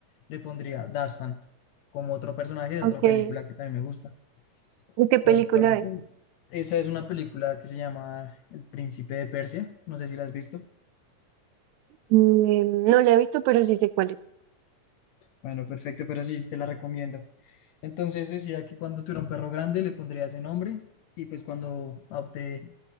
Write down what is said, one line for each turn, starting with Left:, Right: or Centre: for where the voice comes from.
Left: le pondría Dastan como otro personaje de
Right: Ok.
Left: otra
Right: ¿Y
Left: película que también me gusta.
Right: qué película
Left: Entonces,
Right: es?
Left: esa es una película que se llama El Príncipe de Persia. No sé si la has visto.
Right: Mm, no la he visto, pero sí sé cuál es.
Left: Bueno, perfecto, pero sí, te la recomiendo. Entonces decía que cuando tuviera un perro grande le pondría ese nombre y pues cuando adopté